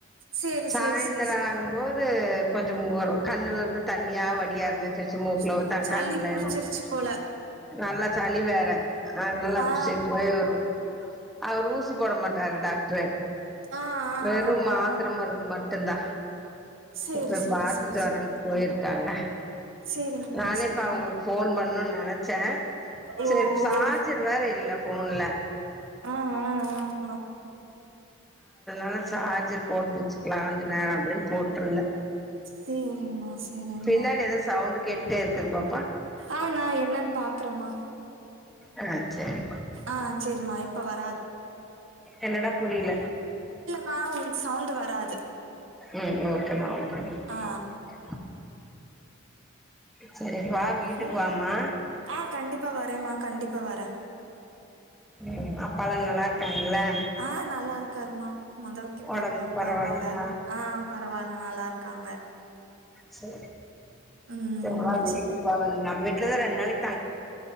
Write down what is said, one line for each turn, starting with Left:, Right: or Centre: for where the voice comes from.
Right: சேரி
Centre: சாயந்தரம்
Right: சேரி சேரி சேரி
Centre: ஆகும்போது கொஞ்சம் ஒரு கண்ணுல இருந்து தண்ணியா வடி ஆரமிச்சு வச்சு மூக்குல
Right: ம்
Centre: தக்காளலன்னு
Right: சளி புடிச்சிருச்சு போல
Centre: நல்லா சளி வேற அதனால அப்படி
Right: ஆ
Centre: ச போய் வரு அவர் ஊசி போட மாட்டாரு டாக்ட்ரு
Right: ஆ ஆ
Centre: வெறு
Right: ஆ ஆ
Centre: மாத்தரமருந்து
Right: ஆ
Centre: ம தந்தா
Right: சேரி
Centre: செத்த
Right: சேரி
Centre: பாத்து
Right: சேரி
Centre: பெரன்ட்டு
Right: சேரி
Centre: போய்ருக்காங்க
Right: சேரிங்மா
Centre: நானே
Right: சேரிங்மா
Centre: இப்ப அவுங்களு ஃபோன் பண்ணுனு நெனச்சேன்
Right: ஓ
Centre: சேரி
Right: ஓ
Centre: சார்ஜர் வேற இல்ல ஃபோன்ல
Right: ஆ ஆ ஆ
Centre: அது சார்ஜர் போட்டுச்சுக்கலா நேர அப்டின் போட்ருந்தேன்
Right: சேரிங்மா சேரிங்மா
Centre: பின்னாடி ஏதோ சவுண்டு கேட்டே இருக்குதுங்க
Right: ஆ நா என்னன் பாக்கறமா
Centre: ஆ சரி
Right: ஆ செரிமா இப்ப வராது
Centre: என்னடா புரில
Right: மா உங்சவுண்டு வராது
Centre: ம் ம்
Right: ஆ
Centre: <inaudible> செரி வா வீட்டுக்
Right: இது
Centre: வாமா
Right: ஆ கண்டிப்பா வரேம்மா கண்டிப்பா வரேன்
Centre: ம் அப்பலா நல்லா இருக்காங்களா
Right: ஆஹ் நல்லா இருக்காருமா மொதலுக்கு இப்ப
Centre: ஒடம்புக்கு
Right: எவ்ளவோ
Centre: பரவால்லையா
Right: பரவால்ல ஆஹ் பரவால்ல நல்லா இருக்காங்க
Centre: செ
Right: ம்
Centre: <unintelligible> வீட்டுக்கா <unintelligible> இல்லனா ரென்ட் நாளைக்